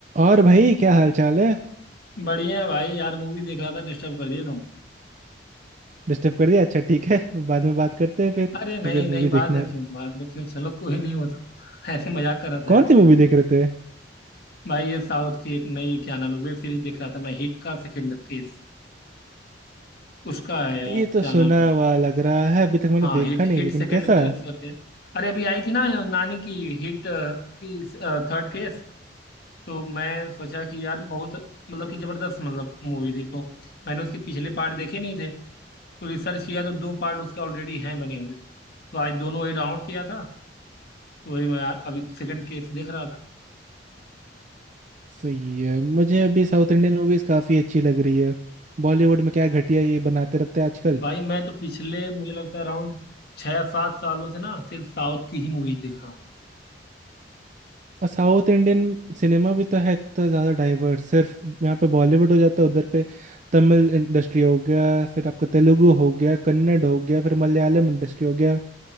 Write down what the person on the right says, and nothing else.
और भाई क्या हाल चाल है
डिस्टर्ब कर दिया अच्छा ठीक है बाद में बात करते हैं फिर
अगर
मूवी
देखना
है
तो
<laughs>
कौन
सी मूवी देख रहे थे
ये तो
सुना
हुआ लग रहा है अभी तक मैंने
देखा
नहीं
लेकिन
कैसा
है
सही है मुझे अभी साउथ इंडियन मूवीज काफी अच्छी लग रही है बॉलीवुड में क्या घटिया ये बनाते रहते हैं आजकल
और साउथ इंडियन सिनेमा भी तो है इतना ज़्यादा डाइवर्स सिर्फ यहाँ पे बॉलीवुड हो जाता है उधर पे तमिल इंडस्ट्री हो गया फिर आपका तेलुगु हो गया कन्नड़ हो गया फिर मलयालम इंडस्ट्री हो गया